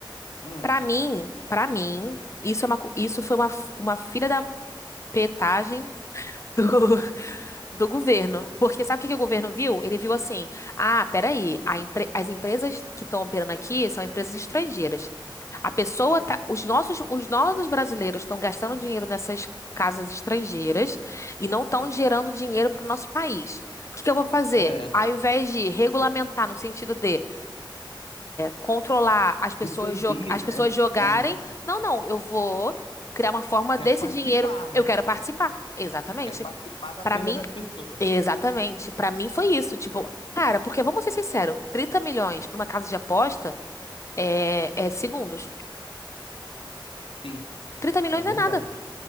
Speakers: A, on the left; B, on the left.
A: Hum,
B: Pra mim, pra mim, isso é uma, co- isso foi uma, f- uma filha da petagem do, <laughs> do governo. Porque sabe o que, que o governo viu? Ele viu assim: ah, peraí, a empre- as empresas que estão operando aqui são empresas estrangeiras. A pessoa tá, os nossos, os nossos brasileiros estão gastando dinheiro nessas casas estrangeiras e não estão gerando dinheiro para o nosso país. O que que eu vou fazer?
A: é,
B: Ao invés de regulamentar no sentido de controlar as pessoas,
A: de proibir,
B: jo- as
A: né?
B: pessoas jogarem.
A: Aham.
B: Não, não, eu vou criar uma forma desse
A: Quero participar,
B: dinheiro,
A: né?
B: eu quero participar. Exatamente.
A: Quero participar da
B: Pra
A: perda
B: mim,
A: das pessoas.
B: exatamente. Pra mim foi isso, tipo, cara, porque vamos ser sinceros, 30 milhões pra uma casa de aposta é, é segundos.
A: Sim,
B: trinta milhões
A: é verdade.
B: é nada.